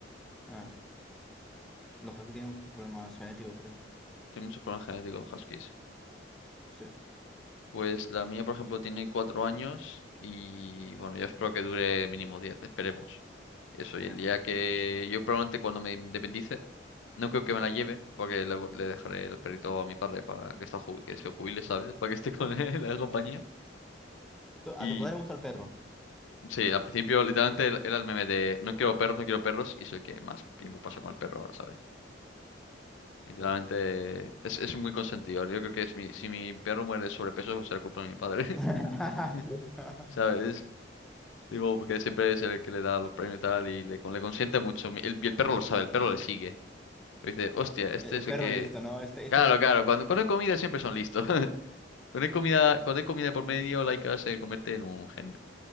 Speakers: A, in the centre; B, on the left.
A: Ah, los huskies tienen problemas genéticos, creo.
B: Tiene muchos problemas genéticos los huskies.
A: Sí,
B: Pues la mía, por ejemplo, tiene cuatro años y bueno, yo espero que dure mínimo diez, esperemos. Eso,
A: esperemos.
B: y el día que yo probablemente cuando me independice, no creo que me la lleve, porque le, le dejaré el perrito a mi padre para que, está, ju- que se jubile, ¿sabes? Para que esté con <laughs> él en la compañía.
A: Tu-
B: Y
A: A tu padre le gusta el perro.
B: sí, al principio literalmente el- era el meme de no quiero perros, no quiero perros, y soy el que más tiempo pasa con el perro ahora, ¿sabes? Literalmente
A: Sí.
B: es, es muy consentido. Yo creo que es mi, si mi perro muere de sobrepeso, será culpa de mi padre,
A: <laughs>
B: <laughs> ¿sabes? Digo, porque siempre es el que le da los premios y tal, y le, con- le consiente mucho. Mi- El, y el perro lo sabe, el perro le sigue. Y Dice, hostia, este
A: El el
B: es el
A: perro
B: que...
A: listo, ¿no? Este, este,
B: Claro, claro, cuando, cuando hay comida siempre son listos. <laughs> Cuando hay comida, cuando hay comida por medio, Laika se convierte en un genio.